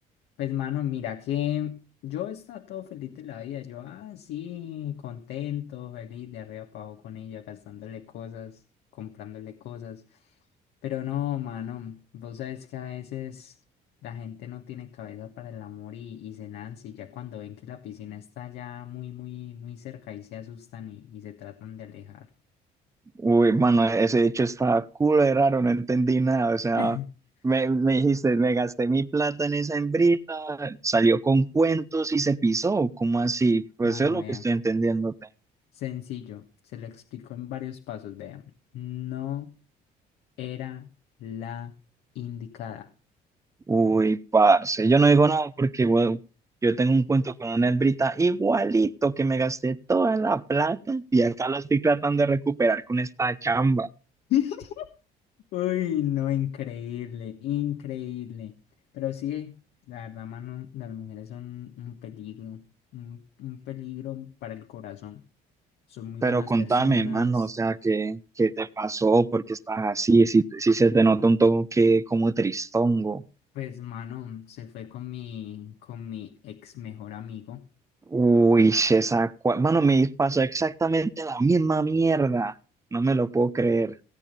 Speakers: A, on the left; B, on the right.
A: Pues mano, mira que yo estaba todo feliz de la vida, yo así, contento, feliz, de arriba para abajo con ella, gastándole cosas, comprándole cosas. Pero no, mano, vos sabes que a veces la gente no tiene cabeza para el amor y, y se lanza y ya cuando ven que la piscina está ya muy, muy, muy cerca y se asustan y, y se tratan de alejar.
B: Uy, mano, ese hecho está cool, de raro, no entendí nada. O sea,
A: <laughs>
B: me, me dijiste, me gasté mi plata en esa hembrita, salió con cuentos y se pisó. ¿Cómo así? Pues
A: Mano,
B: eso es lo
A: vea,
B: que estoy entendiendo.
A: sencillo, se lo explico en varios pasos, vea. No era la indicada.
B: Uy, parce, yo no digo nada porque bueno, yo tengo un cuento con una hembrita igualito que me gasté toda la plata y acá la estoy tratando de recuperar con esta chamba.
A: <laughs> Uy, no, increíble, increíble. Pero sí, la verdad, mano, las mujeres son un peligro, un, un peligro para el corazón. Son muy
B: Pero
A: buenas
B: contame,
A: personas.
B: mano, o sea, ¿qué, qué te pasó? ¿Por qué estás así? Si, si se te nota un toque como tristongo.
A: Pues, mano, se fue con mi, con mi ex mejor amigo.
B: Uy, esa, cua- mano, me pasó exactamente la misma mierda. No me lo puedo creer.